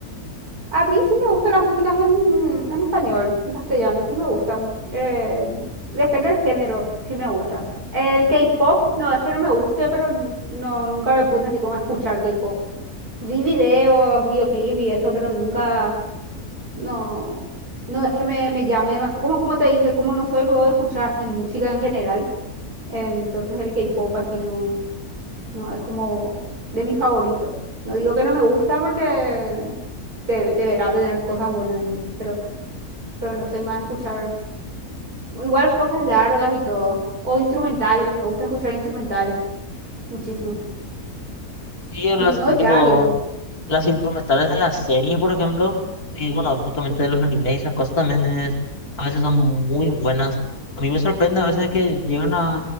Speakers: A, on the right; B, on the left.
A: a mí sí me gustan las músicas en, en español, en castellano, sí me gustan. Eh, depende del género, sí me gustan. El K-pop, no, es que no me guste, pero n- no, nunca me puse así como a escuchar K-pop. Vi videos, videoclips y eso, pero nunca, no, no es que me, me llame demasiado. Como, como te dije, como no soy luego de escuchar así música en general. Entonces el K-pop así no, no es como de mis favoritos. No digo que no me gusta porque de- deberá tener cosas buenas, ¿entendés? Pero, pero no soy más de escuchar igual cosas largas y todo. O instrumentales, me gusta escuchar instrumentales muchísimo.
B: Y las,
A: No, no jazz
B: tipo,
A: y eso.
B: las instrumentales de las series, por ejemplo, y bueno, justamente de los animes y esas cosas también es, a veces son muy buenas. A mí me sorprende a veces que llegan a,